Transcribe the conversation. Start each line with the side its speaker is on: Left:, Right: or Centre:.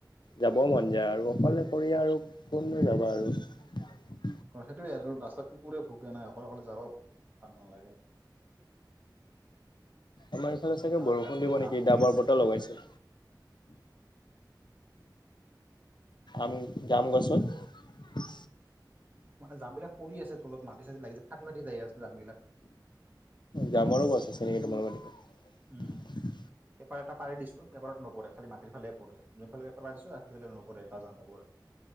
Left: যাব মন যায়, আৰু অকলে কৰি, আৰু কোন যাবা আৰু।
Right: সেইটোোৱে <unintelligible> ৰাস্তা কুকুৰে ভোগে না, অকল অকলে যাব ভাল নালাগে।
Left: আমাৰ ইফালে চাগে
Right: এই জাম
Left: বৰষুণ
Right: গাছৰ
Left: দিব
Right: পৰা জাম
Left: নেকি,
Right: পৰি
Left: ডাবৰ
Right: আছে
Left: বতল লগাইছে, আমি যাম গছত
Right: মানে জাম বিলাক পৰি আছে তলত, মাটি চাটি লাগিছে, ফাটি ফাটি যাই আছে জাম বিলাক।
Left: জামাৰো গছ আছে নেকি তোমালোকৰ তাতে?
Right: উম। পেপাৰ এটা পাৰ দিছোঁ পেপাৰত নপৰে খালি মাটিৰ ফালে পৰে, যোন ফালে পাৰছো'আ হেফালে নপৰে, এটা জাম নপৰে